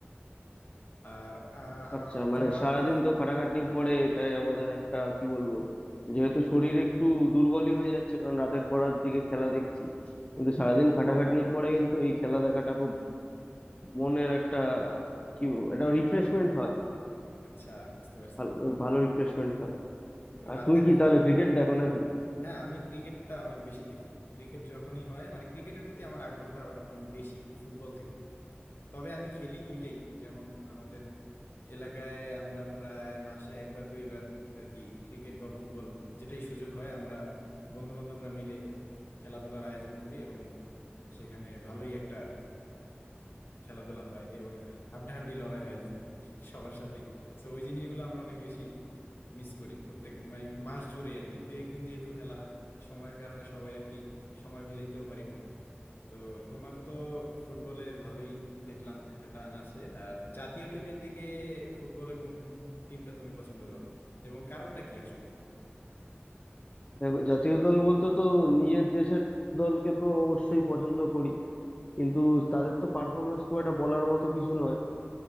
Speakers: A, on the left (about 60°); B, on the left (about 30°).
A: আর আহ, আহ,
B: আচ্ছা মানে
A: তোমার
B: সারাদিন
A: তো
B: তো খাটাখাটনির পরে এটাই আমাদের একটা কি বলবো যেহেতু শরীর একটু দুর্বলই হয়ে যাচ্ছে কারণ রাতের পরার দিকে খেলা দেখছি কিন্তু সারাদিন খাটাখাটনির পরে কিন্তু এই খেলা দেখাটা খুব মনের একটা কি বলবো, একটা রিফ্রেশমেন্ট হয়
A: আচ্ছা বুঝতে পারছি
B: ভালো ভালো রিফ্রেশমেন্ট হয়
A: তো
B: আর
A: রাতের
B: তুমি কি তাহলে ক্রিকেট দেখো নাকি
A: হ্যাঁ আমি ক্রিকেটটা অনেক বেশি দেখি ক্রিকেট যখনই হয় মানে ক্রিকেটের প্রতি আমার আগ্রহটা আরো অনেক বেশি ফুটবল থেকে তবে আমি খেলি দুইটাই যেমন আমাদের এলাকায় আমরা প্রায় মাসে একবার দুইবার আর কি ক্রিকেট বা ফুটবল যেটাই সুযোগ হয় আমরা বন্ধু বান্ধবরা মিলে খেলাধুলার আয়োজন করি এবং সেখানে ভালোই একটা খেলাধুলা হয় এবং হাড্ডাহাড্ডি লড়াই হয় <laughs> সবার সাথেই তো ওই জিনিসগুলো আমরা অনেক বেশি মিস করি প্রত্যেক মানে মাস জুড়ে আর কি দুই একদিন যেহেতু খেলা হয় সময়ের কারণে সবাই আর কি সময় মিলাইতেও পারি না তো তোমার তো ফুটবলের ভালোই দেখলাম একটা টান আছে আর জাতীয় টিমের দিকে ফুটবলে কোন টিমটা তুমি পছন্দ করো এবং কারণটা কি আসলে
B: দেখো জাতীয় দল বলতে তো নিজের দেশের দলকে তো অবশ্যই পছন্দ করি কিন্তু তাদের তো পারফরমেন্স খুব একটা বলার মতো কিছু নয়